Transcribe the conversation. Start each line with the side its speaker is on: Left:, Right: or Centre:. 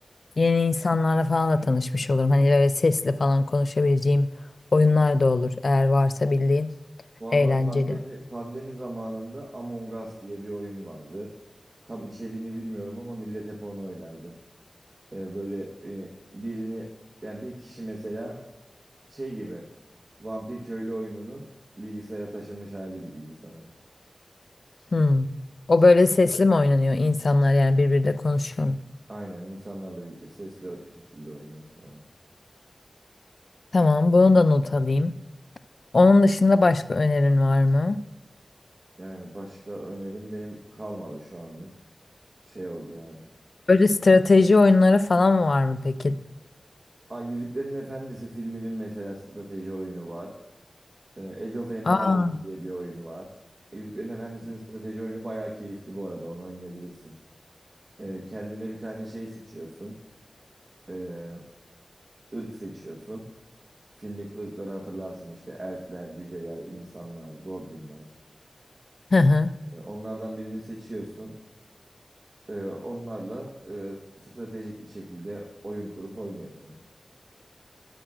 Left: Yeni insanlarla falan da tanışmış olurum. Hani böyle sesli falan konuşabileceğim oyunlar da olur. Eğer varsa bildiğin
Right: Valla
Left: eğlenceli.
Right: pandemi pandemi zamanında Among Us diye bir oyun vardı. Tam içeriğini bilmiyorum ama millet hep onu oynardı. Ee, böyle e, birini yani bir kişi mesela şey gibi vampir köylü oyununun bilgisayara taşınmış hali gibiydi sanırım.
Left: Hmm. O böyle sesli mi oynanıyor insanlar yani birbiriyle konuşuyor mu?
Right: Aynen insanlarla birlikte sesli o şekilde oynuyorsun onu.
Left: Tamam, bunu da not alayım. Onun dışında başka önerin var mı?
Right: Yani başka önerim benim kalmadı şu anlık. Şey oldu yani.
Left: Böyle strateji oyunları falan var mı peki?
Right: Aa, Yüzüklerin Efendisi filminin mesela strateji oyunu var. Ee, Age of Empires
Left: Aa,
Right: diye bir oyun var. E, Yüzüklerin Efendisi'nin strateji oyunu bayağı keyifli bu arada. Onu oynayabilirsin. Ee, kendine bir tane şey seçiyorsun. Ee, ırk seçiyorsun. Filmdeki ırkları hatırlarsın. İşte elfler, cüceler, insanlar, goblinler.
Left: hı hı.
Right: Ee, onlardan birini seçiyorsun. Ee, onlarla e, stratejik bir şekilde oyun kurup oynuyorsun.